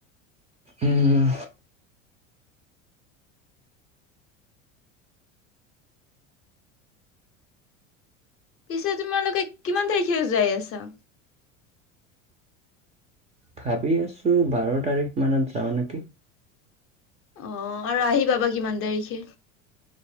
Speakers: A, on the right (about 20°); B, on the left (about 35°).
A: উম
B: পিছে তোমালোকে কিমান তাৰিখে যাই আছা?
A: ভাবি আছোঁ‌। বাৰ তাৰিখ মানত যাঁ‌ও নেকি?
B: অ' আৰু আহি পাবা কিমান তাৰিখে?